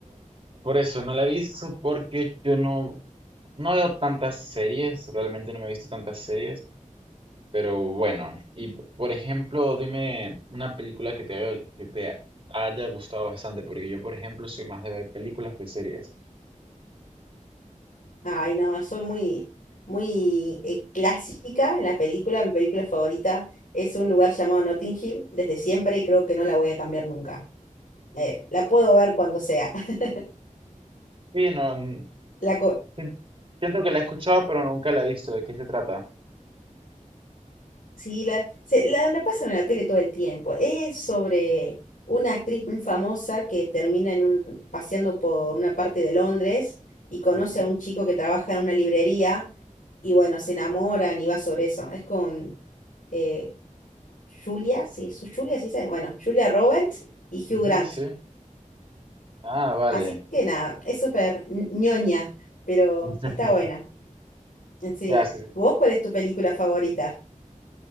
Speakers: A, on the right (about 40°); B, on the left (about 80°).
A: por eso no la he visto porque yo no, No veo tantas series, realmente no me he visto tantas series, pero bueno. Y por ejemplo, dime una película que te veo- que te haya gustado bastante, porque yo, por ejemplo, soy más de ver películas que series.
B: Ay, no, soy muy, muy eh, clásica en la película. Mi película favorita es un lugar llamado Notting Hill desde siempre y creo que no la voy a cambiar nunca. Eh, la puedo ver cuando sea. <laughs>
A: Sí, no, n-
B: La co-
A: sien- siento que la he escuchado, pero nunca la he visto. ¿De qué se trata?
B: sí, la, se- la, la pasan en la tele todo el tiempo. Es sobre una actriz muy famosa que termina en un, paseando por una parte de Londres y conoce
A: Ujú,
B: a un chico que trabaja en una librería y bueno, se enamoran y va sobre eso. Es con... eh, Julia, sí, su Julia, sí se, bueno, Julia Roberts y
A: ujú.
B: Hugh Grant.
A: Sí. Ah, vale.
B: Así que nada, es súper ñ- ñoña, pero
A: <laughs>
B: está buena. Sí.
A: Ya, sí, sí.
B: ¿Vos cuál es tu película favorita?